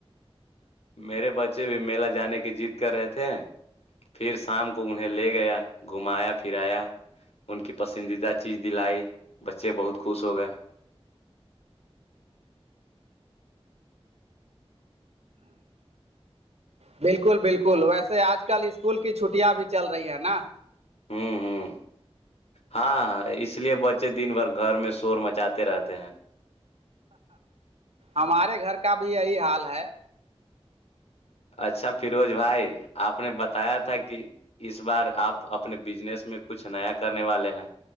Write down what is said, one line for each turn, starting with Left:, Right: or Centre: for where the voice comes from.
Left: میرے بچے بھی میلا جانے کی جیت کر رہے تھے پھر شام کو انہیں لے گیا گھمایا پھرایا ان کی پسندیدہ چیز دلائی بچے بہت خوش ہو گئے
Right: بالکل بالکل ویسے آج کل اسکول کی چھٹیاں بھی چل رہی ہے نا
Left: ہاں ہاں ہاں ہاں اس لیے بچے دن بھر گھر میں شور مچاتے رہتے ہیں
Right: ہمارے گھر کا بھی یہی حال ہے
Left: اچھا فروز بھائی آپ نے بتایا تھا کہ اس بار آپ اپنے بزنس میں کچھ نیا کرنے والے ہیں